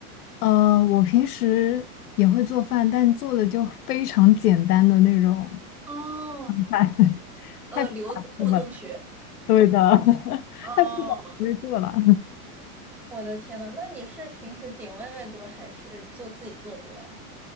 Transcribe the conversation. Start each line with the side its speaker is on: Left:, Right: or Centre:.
Left: 呃，我平时也会做饭，但做的就非常简单的那种
Centre: 哦，
Left: 饭，<laughs>
Centre: 呃，
Left: 太复杂不了。
Centre: 留子糊弄学。
Left: 对的，<laughs>
Centre: 哦，
Left: 太复杂不会做了。
Centre: 我的天呐，那你是平时点外卖多还是做自己做多呀？